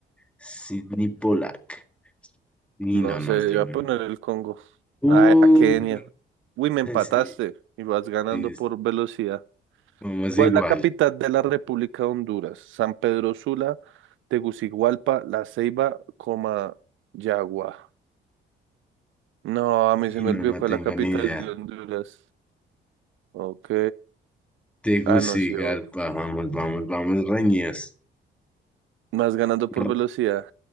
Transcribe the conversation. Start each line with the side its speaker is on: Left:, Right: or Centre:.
Centre: Sidney Pollack. Y
Right: No
Centre: no,
Right: sé,
Centre: no tengo
Right: yo voy a poner
Centre: ni.
Right: el Congo.
Centre: Uy,
Right: Ay, a Kenia. Uy, me empataste
Centre: <laughs> sí,
Right: y vas ganando
Centre: sí,
Right: por
Centre: sí,
Right: velocidad.
Centre: vamos
Right: ¿Cuál
Centre: igual.
Right: es la capital de la República de Honduras? San Pedro Sula, Tegucigalpa, La Ceiba, coma, Yagua. No, a
Centre: Y
Right: mí se me
Centre: no,
Right: olvidó
Centre: no
Right: cuál
Centre: tengo
Right: es la capital
Centre: ni idea.
Right: de Honduras. Ok.
Centre: Tegucigalpa,
Right: Ah, no, sí. obvio.
Centre: vamos, vamos, vamos, reñidos.
Right: Más ganando por
Centre: R-
Right: velocidad.